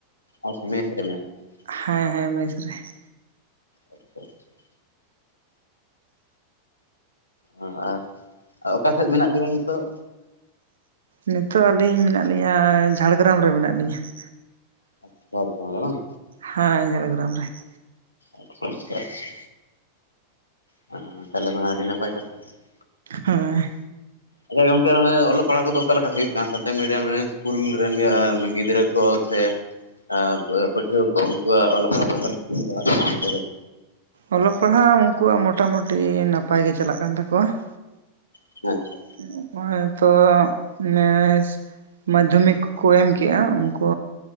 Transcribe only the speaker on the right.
ᱦᱮᱸ ᱦᱮᱸ ᱢᱮᱥ ᱨᱮ ᱾
ᱱᱤᱛᱚᱜ ᱟᱹᱞᱤᱧ ᱢᱮᱱᱟᱜ ᱞᱤᱧᱟᱹ ᱡᱷᱟᱲᱜᱨᱟᱢ ᱨᱮ ᱢᱮᱱᱟᱜ ᱞᱤᱧᱟᱹ ᱾
ᱦᱮᱸ ᱡᱷᱟᱲᱜᱨᱟᱢ ᱨᱮ ᱾
ᱦᱮᱸ
ᱚᱞᱚᱜ ᱯᱟᱲᱦᱟᱜ ᱩᱱᱠᱩᱣᱟᱜ ᱢᱚᱴᱟᱢᱩᱴᱤ ᱱᱟᱯᱟᱭ ᱜᱮ ᱪᱟᱞᱟᱜ ᱠᱟᱱ ᱛᱟᱠᱚᱣᱟ ᱾
<inaudible> ᱱᱚᱼᱚᱭ ᱛᱚ ᱱᱮᱥ ᱢᱟᱫᱽᱫᱷᱚᱢᱤᱠ ᱠᱚᱠᱚ ᱮᱢ ᱠᱮᱜ-ᱟ᱾ ᱩᱱᱠᱩ